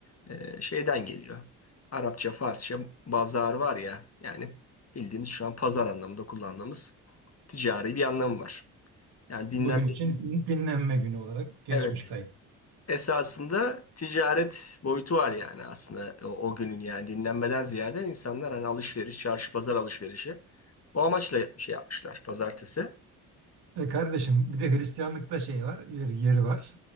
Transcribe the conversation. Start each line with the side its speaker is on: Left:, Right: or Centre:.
Left: e, şeyden geliyor. Arapça, Farsça bazar var ya yani bildiğimiz şu an pazar anlamında kullandığımız ticari bir anlamı var. Yani dinlenme,
Right: Bugün için dinlenme günü olarak geçmiş
Left: evet esasında ticaret boyutu var yani aslında o, o günün yani dinlenmeden ziyade insanlar hani alışveriş, çarşı pazar alışverişi o amaçla şey yapmışlar pazartesi.
Right: E kardeşim bir de Hristiyanlıkta şey var, yer- yeri var.